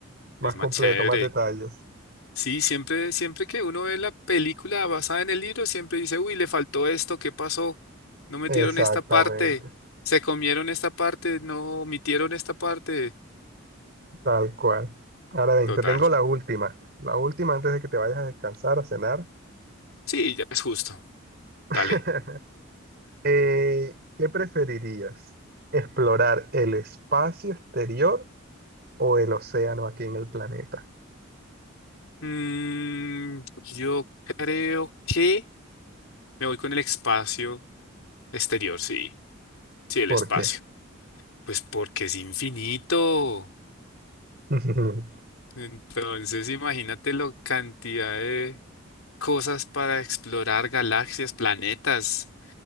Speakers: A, on the right; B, on the left.
A: más
B: Es más
A: completo,
B: chévere.
A: más detalles.
B: Sí, siempre, siempre que uno ve la película basada en el libro, siempre dice, uy, le faltó esto, ¿qué pasó? No metieron
A: Exactamente.
B: esta parte, se comieron esta parte, no omitieron esta parte.
A: Tal cual. Ahora bien,
B: Total.
A: te tengo la última. La última antes de que te vayas a descansar, a cenar.
B: Sí, ya es justo.
A: <laughs>
B: Dale.
A: Eh, ¿qué preferirías? ¿Explorar el espacio exterior o el océano aquí en el planeta?
B: Mm, yo creo que me voy con el espacio exterior, sí. Sí, el
A: ¿Por
B: espacio.
A: qué?
B: Pues porque es infinito.
A: <laughs>
B: Entonces, imagínate la cantidad de cosas para explorar, galaxias, planetas.